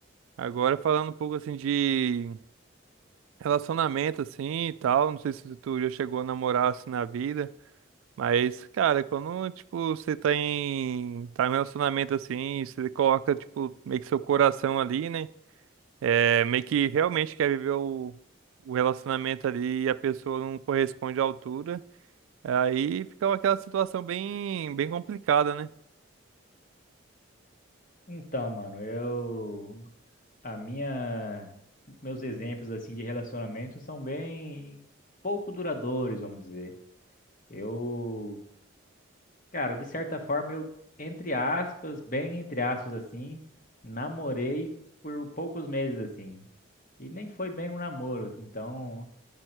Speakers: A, on the right; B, on the left.
A: Agora, falando um pouco, assim, de relacionamento, assim, e tal, não sei se tu já chegou a namorar, assim, na vida. Mas, cara, quando, tipo, você tá em, tá em um relacionamento assim, você coloca, tipo, meio que seu coração ali, né? É, meio que realmente quer viver o, o relacionamento ali e a pessoa não corresponde à altura, aí fica aquela situação bem, bem complicada, né?
B: Então, mano, eu a minha meus exemplos assim de relacionamento são bem pouco duradouros, vamos dizer. Eu, cara, de certa forma eu entre aspas, bem entre aspas assim, namorei por poucos meses assim. E nem foi bem um namoro, então